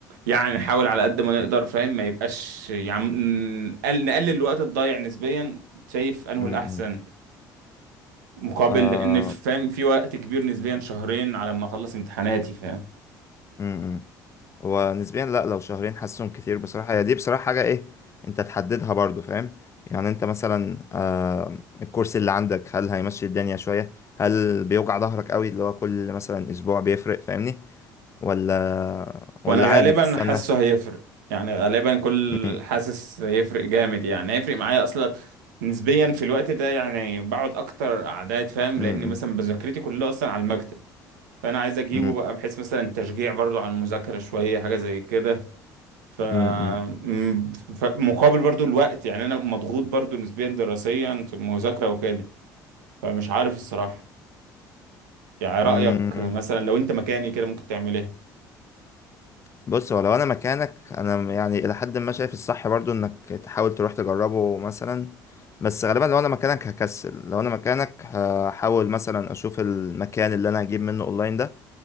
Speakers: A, on the right; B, on the left.
A: يعني نحاول على قد ما نقدر فاهم ما يبقاش يعني ن- نقل- نقلل الوقت الضايع نسبيا شايف أنه
B: امم
A: الأحسن مقابل
B: آه
A: لأن فاهم في وقت كبير نسبيا شهرين على ما أخلص امتحاناتي فاهم
B: امم ونسبيا لا لو شهرين حاسسهم كتير بصراحة هي دي بصراحة حاجة ايه انت تحددها برضو فاهم يعني انت مثلا آه الكورس اللي عندك هل هيمشي الدنيا شوية هل بيوجع ظهرك قوي اللي هو كل مثلا اسبوع بيفرق فاهمني ولا ولا
A: وأنا غالبا
B: عادي تستنى
A: حاسه هيفرق يعني غالبا كل
B: امم
A: حاسس هيفرق جامد يعني هيفرق معايا أصلا نسبيا في الوقت ده يعني بقعد أكتر أعداد فاهم
B: امم
A: لأن مثلا مذاكرتي كلها أصلا على المكتب فانا عايز اجيبه
B: امم
A: بقى بحيث مثلا تشجيع برضو على المذاكره شويه حاجه زي كده ف م-
B: امم
A: ف- مقابل برضو الوقت يعني انا مضغوط برضو نسبيا دراسيا في المذاكره وكده فمش عارف الصراحه يعني رايك
B: امم، امم.
A: مثلا لو انت مكاني كده ممكن تعمل ايه
B: بص هو لو انا مكانك انا يعني الى حد ما شايف الصح برضو انك تحاول تروح تجربه مثلا بس غالبا لو انا مكانك هكسل لو انا مكانك هحاول مثلا اشوف المكان اللي انا هجيب منه اونلاين ده